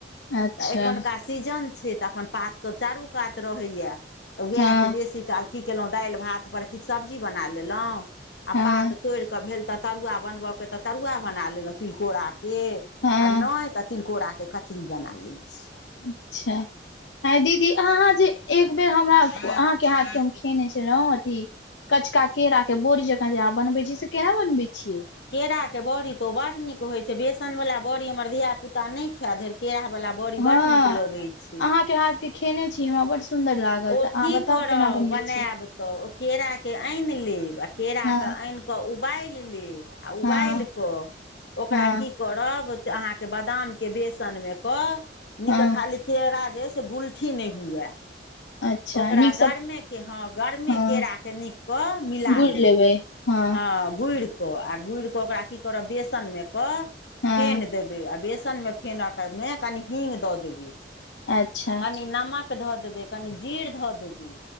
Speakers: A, on the left; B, on the left.
A: अच्छा
B: तऽ एखुनका सीजन छै त अपन पातसभ चारू कात रहैए। त उएहके
A: हँ
B: बेसी काल की कयलहुँ दालि भातपर किछु सब्जी बना लेलहुँ।
A: हँ
B: पात तोड़ि कऽ भेल तऽ तरुआ बनबयके तऽ तरुआ बना लेलहुँ तिलकोरा। से
A: हँ
B: आ नहि त तिलकोराके कचरी बना लै छियै।
A: अच्छा हैं दीदी अहाँ जे। एक बेर हमरा अहाँकेँ हाथ के हम खेने छलहु अथी। कचका केरा के बोरी जकाँ जे अहाँ बनबै छियै से केना बनबै छियै।
B: केराके बड़ी तऽ ओ बड़ नीक होइत छै। बेसनवला बड़ी हमर धियापुता नहि खायए धरि केरावला बड़ी
A: हँ
B: बड़ नीक लगै छै।
A: अहाँके हाथ के खेने छी हमरा बड़ सुंन्दर लागल
B: ओ
A: तऽ अहाँ
B: की
A: बताउ
B: करब
A: केना बनबै
B: बनायब
A: छियै।
B: तऽ ओ केराके आनि लेब आओ केराके
A: हँ
B: आनिक उबालि लेब आ। आ उबाल
A: हँ
B: कऽ ओकरा
A: हँ
B: कि करब अहाँकेँ बादाम के बेसन मे कऽ नै
A: हँ
B: खाली केरा जे है। से गुलठी नहि हुए।
A: अच्छा
B: ओकरा
A: नीकसँ
B: गरमे के ह गरमे
A: हँ
B: केराके नप कऽ मिला
A: गुड़ि
B: लिब
A: लेबै हँ
B: ह भुड़ आ गुड़ कऽ ओकरा कि करब बेसन मे कऽ
A: हँ
B: फेन देबे आ बेसन मे मे कनि हीग दऽ देबै
A: अच्छा
B: कनि नमक देबै कनि जीर धऽ देबी